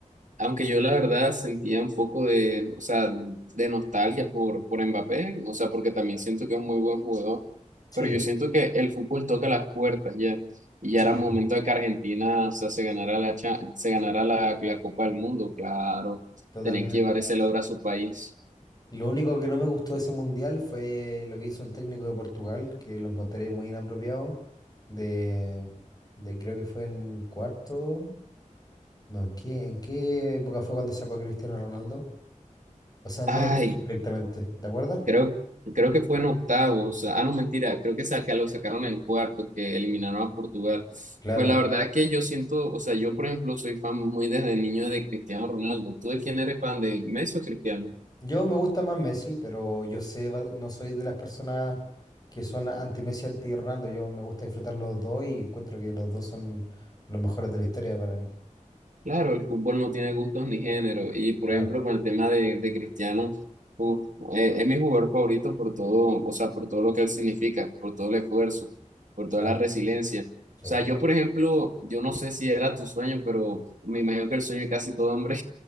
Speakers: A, on the right; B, on the left.
A: Aunque yo la verdad sentía un poco de, o sea, de nostalgia por, por Mbappé, o sea, porque también siento que es un muy buen jugador,
B: Sí,
A: pero yo siento que el fútbol toca las puertas ya, y ya
B: sí,
A: era momento de que Argentina, o sea, se ganara la, cha- se ganara la, la Copa del Mundo, claro,
B: totalmente.
A: tenían que llevar ese logro a su país.
B: Lo único que no me gustó de ese mundial fue lo que hizo el técnico de Portugal, que lo encontré muy inapropiado, de, de creo que fue en cuarto, no, ¿en qué, en qué época fue cuando sacó a Cristiano Ronaldo? O sea,
A: Ay,
B: no lo puso directamente, ¿te acuerdas?
A: Creo, creo que fue en octavos. Ah, no, mentira. Creo que saca, lo sacaron en cuartos, que eliminaron a Portugal.
B: Claro.
A: Pues la verdad que yo siento, o sea, yo por ejemplo soy fan muy desde niño de Cristiano Ronaldo. ¿Tú de quién eres fan de Messi o Cristiano?
B: Yo me gusta más Messi, pero yo sé, va- no soy de las personas que son anti-Messi, anti-Ronaldo, yo me gusta disfrutar los dos y encuentro que los dos son los mejores de la historia para mí.
A: Claro, el fútbol no tiene gustos ni género. Y por
B: Claro,
A: ejemplo con el tema de, de Cristiano, uf, eh, es mi jugador favorito por todo, o sea, por todo lo que él significa, por todo el esfuerzo, por toda
B: claro.
A: la resiliencia. O
B: Sí.
A: sea, yo por ejemplo, yo no sé si era tu sueño, pero me imagino que el sueño de casi todo hombre